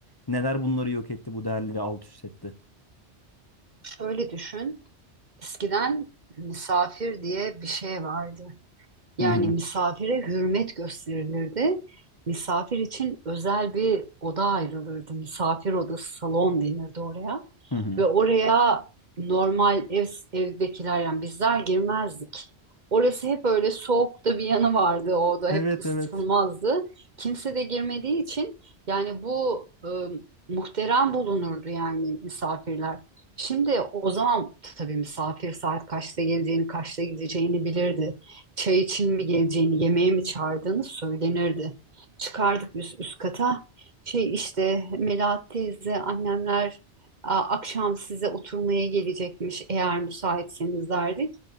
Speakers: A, on the left (about 25°); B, on the right (about 40°).
A: Neler bunları yok etti, bu değerleri alt üst etti?
B: Şöyle düşün, eskiden misafir diye bir şey vardı. Yani
A: Hı hı.
B: misafire hürmet gösterilirdi. Misafir için özel bir oda ayrılırdı. Misafir odası, salon denirdi oraya.
A: Hı hı.
B: Ve oraya normal ev, evdekiler yani bizler girmezdik. Orası hep öyle soğuk da bir yanı vardı. O oda
A: Evet
B: hep ısıtılmazdı.
A: evet.
B: Kimse de girmediği için yani bu e, muhterem bulunurdu yani misafirler. Şimdi o zaman tabii misafir saat kaçta geleceğini, kaçta gideceğini bilirdi çay için mi geleceğini, yemeğe mi çağırdığını söylenirdi. Çıkardık biz üst kata. Şey işte Melahat teyze, annemler "Aa, akşam size oturmaya gelecekmiş eğer müsaitseniz derdik.